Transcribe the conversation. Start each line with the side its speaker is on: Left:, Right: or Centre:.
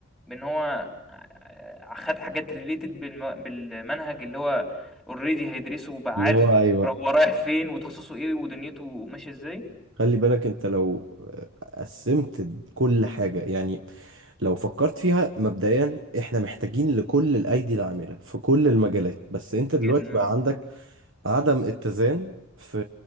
Centre: بإن هو ع- خد حاجات related بالم... بالمنهج اللي هو already هيدرسه وبقى
Right: اللي
Centre: عارف
Right: هو ايوه
Centre: را- هو رايح فين وتخصصه ايه ودنيته ماشية ازاي
Right: خلي بالك انت لو قسمت كل حاجة يعني لو فكرت فيها مبدئيا احنا محتاجين لكل الايدي العاملة في كل المجالات بس انت دلوقتي
Centre: جدا
Right: بقى
Centre: اه
Right: عندك عدم اتزان في